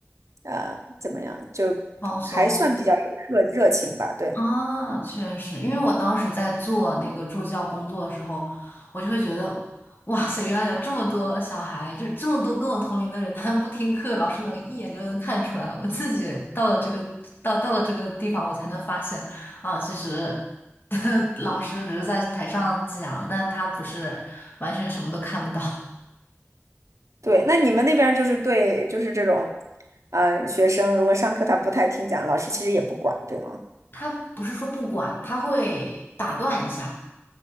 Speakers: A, on the right; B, on the left.
A: 呃怎么样，就还算比较有热热情吧。
B: 放松。
A: 对，
B: 啊，确实，因为我当时在做那个助教工作的时候，我就会觉得，哇塞，原来有这么多小孩，就是这么多跟我同龄的人，他们不听课，老师能一眼就能看出来。我自己到了这个到到了这个地方，我才能发现，啊，其实 <laughs> 老师只是在台上讲，但他不是完全什么都看不到，
A: 对，那你们那边儿就是对，就是这种，嗯、学生如果上课他不太听讲，老师其实也不管，对吗？
B: 他不是说不管，他会打断一下。